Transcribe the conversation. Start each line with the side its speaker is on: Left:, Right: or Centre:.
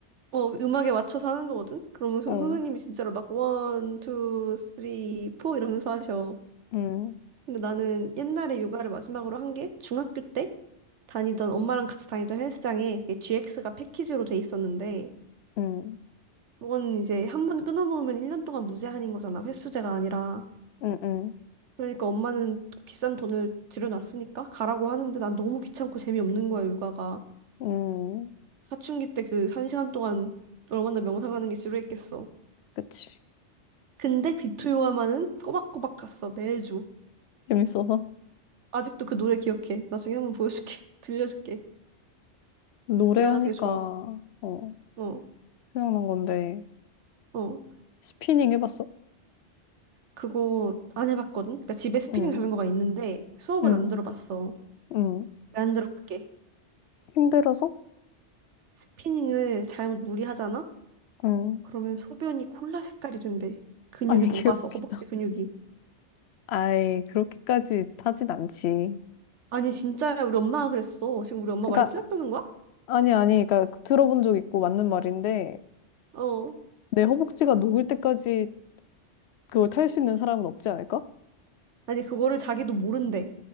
Right: 어 음악에 맞춰서 하는 거거든? 그러면 소-
Left: 어,
Right: 선생님이 진짜로 막 원, 투, 쓰리, 포 이러면서 하셔.
Left: 음,
Right: 근데 나는 옛날에 요가를 마지막으로 한 게 중학교 때 다니던 엄마랑 같이 다니던 헬스장에 그게 GX가 패키지로 돼 있었는데
Left: 음,
Right: 그거는 이제 한 번 끊어놓으면 1년 동안 무제한인 거잖아. 횟수제가 아니라.
Left: 음, 음,
Right: 그러니까 엄마는 비싼 돈을 들여놨으니까 가라고 하는데 난 너무 귀찮고 재미없는 거야, 육아가.
Left: 음,
Right: 사춘기 때 그 한 시간 동안 얼마나 명상하는 게 지루했겠어.
Left: 그치.
Right: 근데 비토 요아만은 꼬박꼬박 갔어, 매주.
Left: 재밌어서.
Right: 아직도 그 노래 기억해. 나중에 한번 보여줄게. <laughs> 들려줄게.
Left: 노래하니까,
Right: 노래가 되게 좋아.
Left: 어,
Right: 어,
Left: 생각난 건데,
Right: 어.
Left: 스피닝 해봤어?
Right: 그거 안 해봤거든? 그러니까 집에 스피닝
Left: 응,
Right: 자전거가 있는데 수업은
Left: 응,
Right: 안 들어봤어.
Left: 응.
Right: 왜 안 들어봤게?
Left: 힘들어서?
Right: 스피닝을 잘못 무리하잖아?
Left: 응.
Right: 그러면 소변이 콜라 색깔이 된대. 근육이
Left: 아니,
Right: 녹아서
Left: <laughs> 귀엽기다.
Right: 허벅지 근육이.
Left: 아이, 그렇게까지 타진 않지.
Right: 아니, 진짜야. 우리 엄마가 그랬어. 지금 우리 엄마
Left: 그러니까,
Right: 말이 틀렸다는 거야?
Left: 아니, 아니, 그러니까 들어본 적 있고 맞는 말인데,
Right: 어.
Left: 내 허벅지가 녹을 때까지 그걸 탈 수 있는 사람은 없지 않을까?
Right: 아니, 그거를 자기도 모른대.